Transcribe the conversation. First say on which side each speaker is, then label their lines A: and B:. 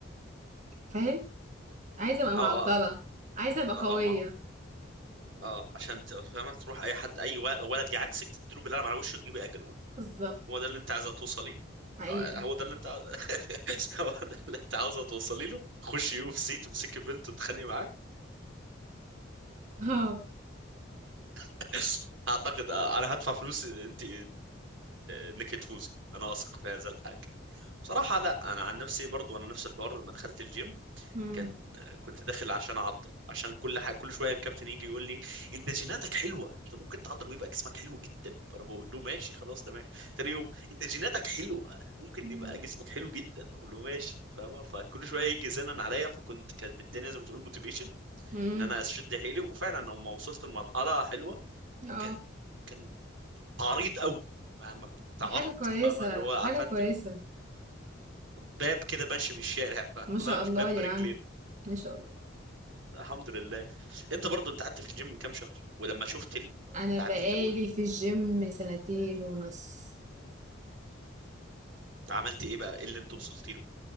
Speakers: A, on the right; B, on the right.
A: فاهم عايزة أبقى
B: اه
A: معضلة
B: اه
A: عايزة أبقى قوية
B: اه ما اه عشان ت- فاهمه تروح اي حد اي و- ولد جه عكسك تديله بالقلم على وشه وتجيبي اجر
A: بالظبط
B: هو ده اللي انت عايزه توصليه
A: حقيقي
B: آه، هو ده اللي انت <laughs> هو ده اللي انت عاوزه توصلي له خشي يو اف سي تمسكي بنت تتخانقي معاه
A: اه
B: <laughs> اعتقد انا هدفع فلوس انت انك تفوزي انا اثق في هذا الحاجه بصراحه لا انا عن نفسي برضو انا نفس الحوار لما دخلت الجيم
A: امم
B: كان كنت داخل عشان اعضل عشان كل حاجه كل شويه الكابتن يجي يقول لي انت جيناتك حلوه انت ممكن تعضل ويبقى جسمك حلو جدا فانا بقول له ماشي خلاص تمام تاني يوم انت جيناتك حلوه ممكن
A: امم
B: يبقى جسمك حلو جدا اقول له ماشي فاهم فكل شويه يجي زنن عليا فكنت كانت الدنيا زي ما تقول موتيفيشن
A: امم.
B: ان انا اشد حيلي وفعلا لما وصلت لمرحله حلوه
A: اه
B: كان كان عريض قوي ما ما كنت عرض
A: حاجة كويسة
B: فاهمه اللي هو
A: حاجة
B: عارفه انت
A: كويسة
B: باب كده ماشي في الشارع فاهمه
A: ما شاء الله
B: باب
A: يا
B: برجلين
A: عم ما شاء الله
B: الحمد لله انت برضو انت قعدت في الجيم كام شهر ولما شفت
A: انا
B: التعديل
A: بقالي
B: او ال...
A: في الجيم سنتين ونص
B: عملت ايه بقى ايه اللي انت وصلت له